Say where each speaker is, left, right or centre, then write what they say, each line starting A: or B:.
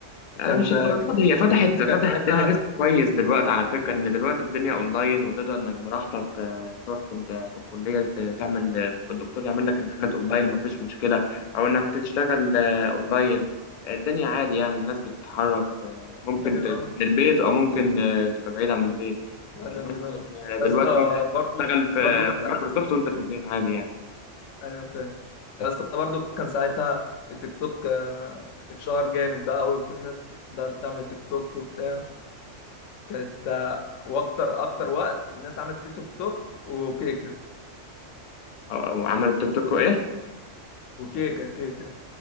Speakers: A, on the left (about 60°); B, on the left (about 85°).
A: آه
B: كان
A: مش الدرجات
B: كان
A: دي. هي فتحت فتحت
B: كان ساعتها
A: لنا رزق كويس دلوقتي على فكره ان دلوقتي الدنيا اونلاين وتقدر انك براحتك آه، تروح انت في الكليه ت- تعمل آه، الدكتور يعمل لك امتحانات اونلاين ومفيش مشكله او انك تشتغل آه، اونلاين آه، الدنيا عادي يعني الناس بتتحرك آه، ممكن
B: ايوه أيوه.
A: ت- من البيت او ممكن آه، تبقى بعيد عن البيت
B: بعد
A: يعني
B: عننا
A: مثلا آه، دلوقتي
B: يا اسطى
A: ممكن
B: برضو
A: تشتغل في
B: برضو كان
A: في
B: ساعتها
A: مايكروسوفت وانت في البيت عادي يعني
B: ايوه فاهم يا اسطى برضو كان ساعتها التيك توك آه، اتشهر جامد بقى وكل الناس بقى بتعمل تيك توك وبتاع كانت آه، واكتر اكتر وقت الناس عملت فيه تيك توك وكيك
A: آه، وعمل التوك توك وايه
B: وكيكه كيكه